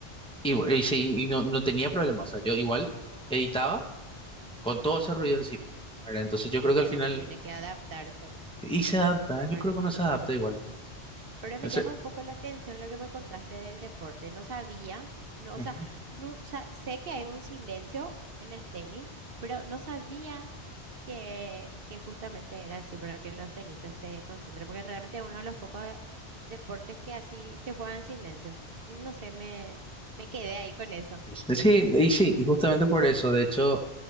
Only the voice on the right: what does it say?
es
que
uno tiene que adaptarse ahora,
la
verdad.
Pero me
llama un poco la atención lo que me contaste del deporte. No sabía, no,
o sea, no, sa- sé que hay un silencio en el tenis, pero no sabía que, que justamente era así para que los tenistas se concentren, porque realmente es uno de los pocos de- deportes que así se juega en silencio. No sé, me, me quedé ahí con eso.